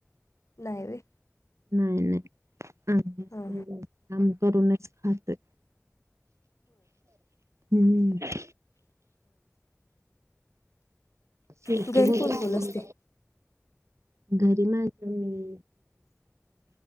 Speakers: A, on the left; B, on the right.
A: नाहीवे.
B: नाही नाही आम्ही
A: ह
B: काम करूनच खातय. हम्म. शेती
A: ह घरी
B: वगैरे
A: कोण कोण अस असते.
B: घरी माझ मी्